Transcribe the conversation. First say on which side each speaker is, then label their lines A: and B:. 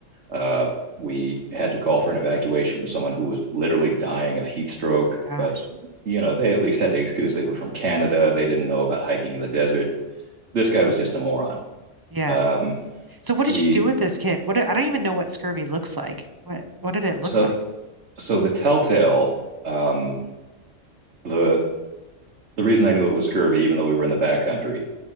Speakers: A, on the right (about 65°); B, on the right (about 25°).
A: Uh, we had to call for an evacuation for someone who was literally dying of heat stroke.
B: Oh my gosh.
A: But, you know, they at least had the excuse they were from Canada. They didn't know about hiking in the desert. This guy was just a moron.
B: Yeah.
A: Um,
B: So what did
A: we,
B: you do with this kid? What I don't even know what scurvy looks like. What what did it look
A: so,
B: like?
A: so the telltale, um, the, the reason I knew it was scurvy, even though we were in the backcountry,